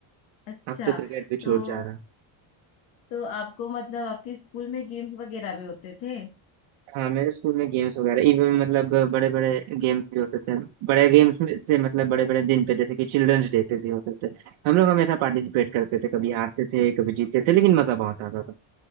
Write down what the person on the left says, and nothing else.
अच्छा
तो
तो आपको मतलब आपके स्कूल में गेम्स वगैरह भी होते थे